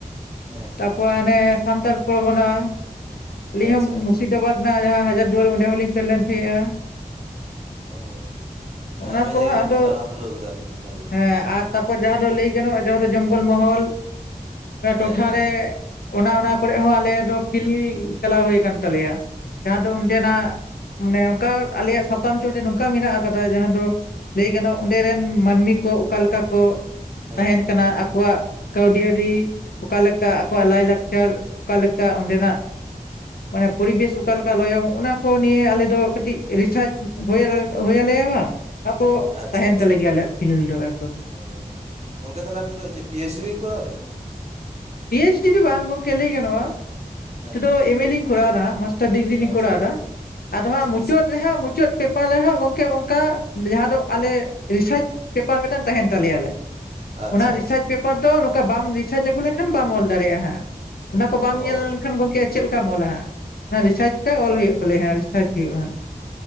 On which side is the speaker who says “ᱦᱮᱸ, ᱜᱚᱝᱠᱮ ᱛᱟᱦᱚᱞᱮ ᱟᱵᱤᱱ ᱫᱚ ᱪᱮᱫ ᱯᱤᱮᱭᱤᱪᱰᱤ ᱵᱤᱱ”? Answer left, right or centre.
Right